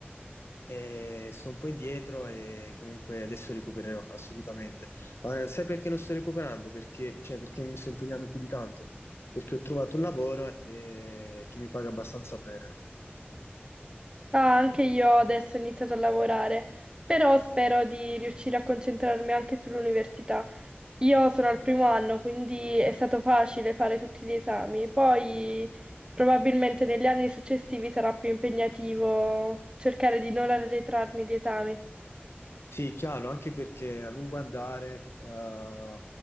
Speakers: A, on the left; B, on the right.
A: E sto un po' indietro e comunque adesso recupererò assolutamente. Ma sai perché non sto recuperando? Perché, cioè, perché mi sto impegnando più di tanto? Perché ho trovato un lavoro eh, che mi paga abbastanza bene.
B: Ah, anche io adesso ho iniziato a lavorare, però spero di riuscire a concentrarmi anche sull'università. Io sono al primo anno, quindi è stato facile fare tutti gli esami. Poi probabilmente negli anni successivi sarà più impegnativo cercare di non arretrarmi gli esami.
A: Sì, chiaro, anche perché a lungo andare eh,